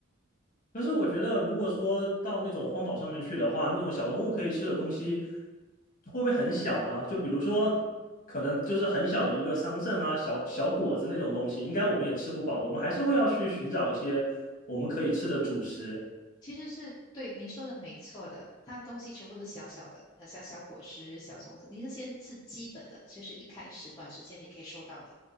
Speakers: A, on the left (about 40°); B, on the left (about 20°).
A: 可是我觉得，如果说到那种荒岛上面去的话，那种小动物可以吃的东西，会不会很小呢？就比如说，可能就是很小的一个桑葚啊、小小果子那种东西，应该我们也吃不饱，我们还是会要去寻找一些我们可以吃的主食。
B: 其实是对你说的没错的，它东西全部都是小小的，它小小果实、小种子，你这些是基本的，就是一开始短时间你可以收到的。